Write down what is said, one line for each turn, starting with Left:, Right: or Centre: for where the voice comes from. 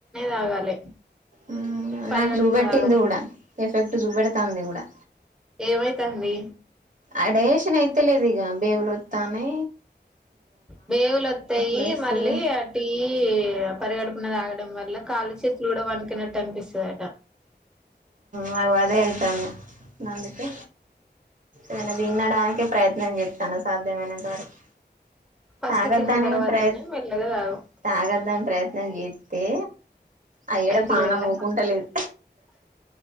Centre: తాగాలే
Right: ఉమ్
Centre: పరిగడుపున
Right: నాకు బెట్టింది
Centre: తాగద్దు
Right: కూడా ఎఫెక్ట్ చూప్పెడ్తా తాందికూడా
Centre: ఏమైతాంది
Right: అడేషన్ అయితలేదీ ఇగ బేవులతోనేే
Centre: బేవులోస్తాయి
Right: లేస్తుడు
Centre: మళ్ళీ అటి పరిగడు ప్పున తాగడం వల్ల కాళ్ళు చేతులు కూడా వినికినట్టు అనిపిస్తుందిట
Right: మకు అదే అవుతాను అందుకే నను తన్నడానికే ప్రయత్నం చేస్తాను సాధ్యమైన అంత వరకి
Centre: ఫస్ట్
Right: తాగద్దని
Centre: తిన్న తర్వాతనే
Right: ప్రయత్
Centre: మెల్లగా తాగు
Right: తాగద్దని ప్రయత్నం చే తే అయ్యడ
Centre: అయితలేదా
Right: పానం ఊకుంటలేదు